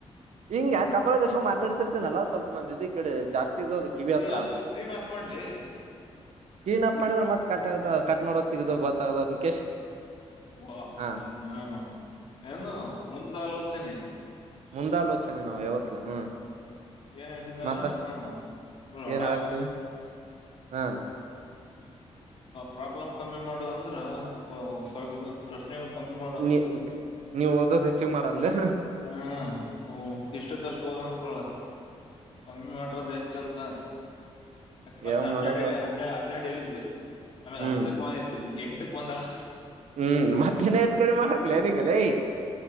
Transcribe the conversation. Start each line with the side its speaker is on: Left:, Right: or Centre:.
Right: ಹಿಂಗ ಕಪಳ ಸೇರಿಸಿಕೊಂಡು ಮತ್ ಡ್ತಿರ್ತನಲ್ಲ ಸ್ವಲ್ಪ ನ ಇದು ಈ ಕಡೆ ಜಾಸ್ತಿ ಇದದು ಕಿವಿ ಹತ್ರ
Left: ಏ ಅದಕ್ಕೆ ಸ್ಕ್ರೀನ್ ಆಫ್ ಮಾಡ್ಲಿ
Right: ಸ್ಟೀನ್ ಅಪ್ ಮಾಡಿದ್ರೆ ಮತ್ ಕ ಕಟ್ ಮಾಡ ಗೊತ್ತಾಗದು ಅಂತ
Left: ವ
Right: ಹಾ
Left: ನೀ ಹ ಏನು ಮುಂದಾಲೋಚ ಚನೆ
Right: ಮುಂದ ಆಲೋಚನೆ ನಾವು ಯವತ್ಲ ಹ್ಮ್
Left: ಏನ್ ಹೇಳ್ತಿದನಲ್ಲ
Right: ಮತ್ತ
Left: ಹಾ ಹಡ
Right: ಏನ್ ಹೇಳಾಕ್ತಿದೆ ಹಾ
Left: ಪ್ರಾಬ್ಲಮ್ ಕಮ್ಮಿ ಮಾಡುವ ಅಂದ್ರ ಸ್ವಲ್ಪ ಇದು ಪ್ರಶ್ನೆಗಳು ಕಮ್ಮಿ ಮಾಡು ಅಂದ್ರ
Right: ನೀ ನೀವ್ ಓದದು ಹೆಚ್ಚಿಗೆ ಮಾಡಂದಲೇ
Left: ಹ್ಮ್ ಓ ಎಷ್ಟ ಅಷ್ಟು ಹೋದ ಅಂತಳ ಕಮ್ಮಿ ಮಾಡಟ್ರದ ಹೆಚ್ಚ ಅಂತ ಫಸ್ಟ್
Right: ಯಾವ
Left: ಹನ್ನೆರಡು
Right: ಮಾಡಬಾರ
Left: ಹೇಳನ್ ಹನ್ನೆರಡು ಹೇಳಿದ್ಲು ಆಮೇಲೆ
Right: ಹ್ಮ್
Left: ಹತ್ತಕ್ ಬಂದಿದ್ಲಿ ಎಂಟಕ್ಕ ಬಂದಾಳ
Right: ಹ್ಮ್ ಮತ್ತಿನ ಎಸ್ಟ್ ಕಡಿಮೆ ಮಾಡಕ್ಲ ನಿಂಗಲ್ಲೈ